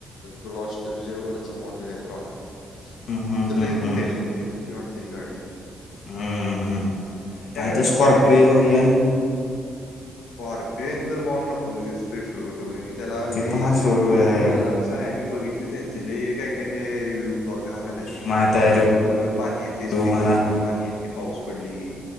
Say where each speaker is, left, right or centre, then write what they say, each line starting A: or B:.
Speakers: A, on the left; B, on the left.
A: ग्लॉस्टरच्या वरचा मॉडेल घेत राहला
B: हम्म, हम्म,
A: ति तर
B: हम्म,
A: ल मोठे
B: हम्म.
A: आहे सोडले मोठी वाटते ती गाडी जरा.
B: हम्म.
A: मोठ्या
B: नाही
A: गड्या
B: ते स्कॉर्पिओ
A: कसा आहे
B: यन
A: बार पेन तर भा आम्ही नको प्रिफर करतो करे की त्याला ल
B: ते पण आहे सोड होय.
A: त्याला कस आहे मी बघितले त्यांचे ल काय काय हे रिव्ह्यू ब घाण आलायत
B: माहीत आहे
A: सनप्रुफ मणन पाणी येते
B: रिव्ह्यू
A: स्पीकर
B: घेणार
A: म्हणन पाणी येते पाऊस पडले की